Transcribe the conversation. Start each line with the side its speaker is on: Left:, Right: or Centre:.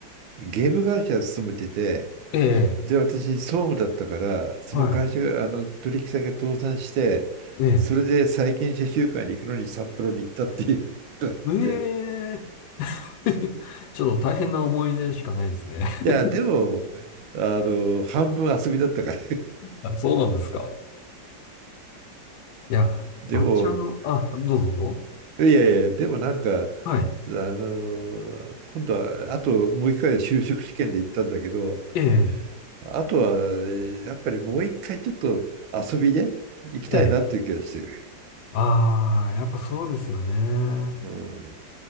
Right: ゲーム会社勤めてて、
Left: ええ
Right: で、私、総務だったから、その会社が、
Left: はい。
Right: あの、取引先が倒産して、
Left: え
Right: それで債権者集会に行くのに札幌に行ったっていうって、
Left: えええ <laughs> ちょっと大変な思い出しかないですね。
Right: いや、
Left: <laughs>
Right: でも、あの、半分遊びだったから、
Left: あ、そうなんですか。いや、
Right: でも、
Left: 私あの、あ、どうぞどうぞ。
Right: いやいや、でもなんか、
Left: はい。
Right: あのー今度は、あともう一回就職試験で行ったんだけど、
Left: ええ、
Right: あとは、やっぱりもう一回ちょっと遊びで行きたいなっていう気がしてる。
Left: ええ。ああ、やっぱそうですよね。
Right: うん。